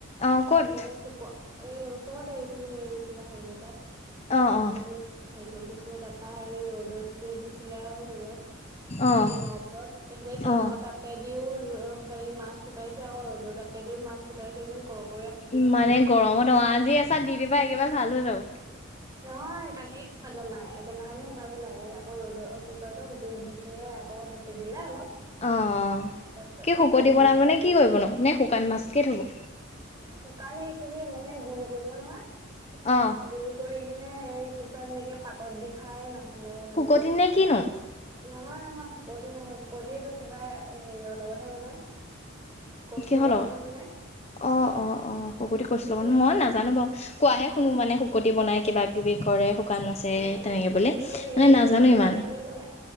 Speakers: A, on the left; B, on the right.
A: অ' ক'ত?
B: এনেকে শুকুৱা, এ ওচৰতে এইখিনি কিবা হেৰি এটাত
A: অ',
B: অকমান
A: অ',
B: এনেকে। হেৰি কৰি থৈছিলে তাত। পা হেৰি ৰ'দত দি দিছিলে আৰু হেৰিয়ত
A: অ',
B: টিঙৰ ওপৰত। এইফালে টিঙৰ
A: অ'।
B: তাপ পেদিও হেৰি মাছ শুকাইছে আকৌ ৰ'দ তাপেদিও মাছ শুকাইছে। একদম কৰক,
A: ইমানে গৰমত অ' আজি এছা দি দিবা একেবাৰে ভাল হয় যাব।
B: <inaudible> নহয় কালিয়ে শুকুৱালে মায়ে একেইদিনাখনে শুকুৱাই পেলাই আক ৰ'দত কি কয় এইটো, জুইত দি। এনে আকৌ সেকি দিলে অলপ।
A: অ' অ'
B: তাৰপিছতে
A: কি শুকতি
B: হৈ গ'ল
A: বনাবনে কি কৰিবনো? নে শুকান মাছকে থ'ব?
B: শুকানে এই খিনি মানে গুৰি কৰিব নহয়।
A: অ',
B: গুৰি কৰি কিনে, সেই পিছত এনেকে পাতত দি খাই ন'হলে এনেকে।
A: শুকতি নে কিনো?
B: নহয়, নহয় শুকতি নহয়। শুকতিটো কিবা হেৰিয়ৰ লগতহে বনাই। কচুৰ
A: কিহৰ
B: লগতহে
A: লগত,
B: বনাই
A: অ', অ', অ', শুকতি কচু
B: এইটো
A: লগত
B: এনে
A: মই নাজানোঁ বাৰু। কোৱাহে শুনো
B: অ
A: মানে, শুকতি বনাই কিবা কিবি কৰে। শুকান মাছেৰে
B: অ
A: তেনেকে বুলি
B: সেই হেৰি
A: মানে
B: দেউৰী
A: নাজানোঁ
B: মানুহ
A: ইমান।
B: বিলাকে ধেৰ বনাই